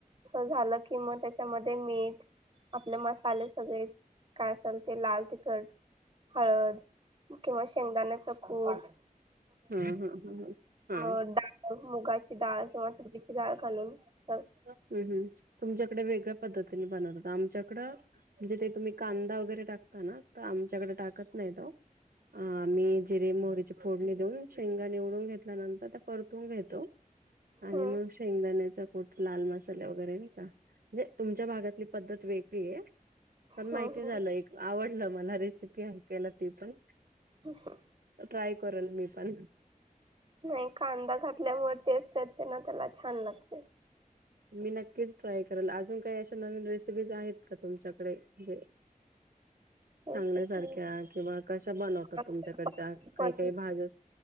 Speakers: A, on the right (about 35°); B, on the right (about 85°).
A: अस झालं की मग त्याच्यामध्ये मीठ आपले मसाले सगळे काय असाल ते लाल तिखट हळद किंवा शेंगदाण्याच कूट
B: हा हा हा ह. हा
A: म डाळ मुगाची डाळ किंवा चीची डाळ घालून. तर
B: हम् हम तुमच्याकडे वेगळ्या पद्धतीने बनवतात आमच्याकडं. म्हणजे ते तुम्ही कांदा वगैरे टाकता ना तर आमच्याकडे टाकत नाही तो आम्ही जिरे मोहरीची फोडणी देऊन शेंगा निवडून घेतल्यानंतर त्या परतून घेतो. आणि
A: हम्म
B: मग शेंगदाण्याचा कठ. लाल मसाले वगैरे नाही का म्हणजे तुमच्या भागातली पद्धत वेगळी आहे. पण
A: हम्म
B: माहिती
A: हम्म
B: झालं एक आवडलं मला रेसिपी ऐकायला ते पण
A: ह हा.
B: ट्राय करेल मी पण
A: नाही कांदा घातल्यामुळे टेस्ट य ते ना त्याला छान लागते.
B: मी नक्कीच ट्राय करेल अजून काही अशा नवीन रेसिपीज आहेत का तुमच्याकडे जे <unintelligible>
A: रेसिपी
B: सांगण्यासारख्या किंवा कशा बनवतात
A: चपाती
B: तुमच्याकडच्या काही
A: पण
B: काही भाज्या